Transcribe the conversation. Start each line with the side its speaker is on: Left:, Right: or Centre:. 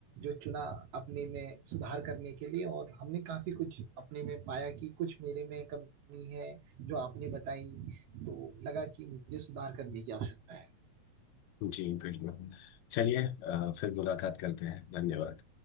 Right: जो चुना अपने में सुधार करने के लिए और हमने काफी कुछ अपने में पाया कि कुछ मेरे में कमी है जो आपने बताई तो लगा कि मुझे सुधार करने की आवश्यकता है
Left: जी बिल्कुल चलिए अ, फिर मुलाकात करते हैं धन्यवाद